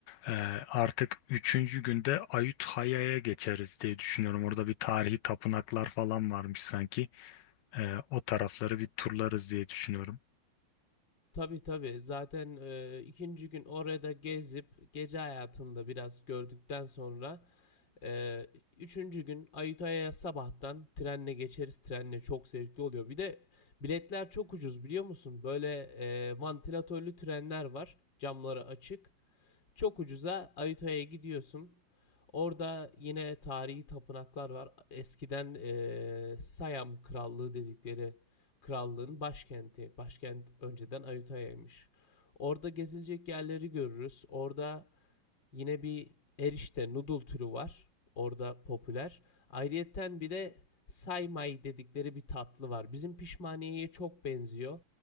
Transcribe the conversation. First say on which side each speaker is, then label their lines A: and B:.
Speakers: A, on the left (about 80°); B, on the left (about 25°).
A: Ee, artık üçüncü günde Ayutthaya'ya geçeriz diye düşünüyorum. Orada bir tarihi tapınaklar falan varmış sanki. Ee, o tarafları bir turlarız diye düşünüyorum.
B: Tabii tabii zaten e, ikinci gün orada gezip gece hayatında biraz gördükten sonra Ee, üçüncü gün Ayutthaya'ya sabahtan trenle geçeriz. Trenle çok zevkli oluyor. Bir de biletler çok ucuz biliyor musun? Böyle e, vantilatörlü trenler var. Camları açık. Çok ucuza Ayutthaya'ya gidiyorsun. Orada yine tarihi tapınaklar var. Eskiden e, Siam Krallığı dedikleri krallığın başkenti. Başkent önceden Ayutthaya'ymış. Orada gezilecek yerleri görürüz. Orada Yine bir erişte noodle türü var. Orada popüler. Ayrıyeten bir de saymay dedikleri bir tatlı var. Bizim pişmaniyeye çok benziyor.